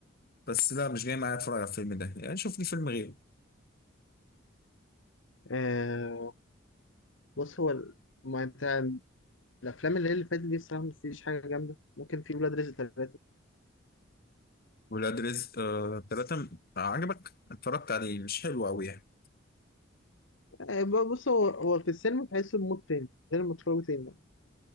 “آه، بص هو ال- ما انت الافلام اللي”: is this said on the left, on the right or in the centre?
Left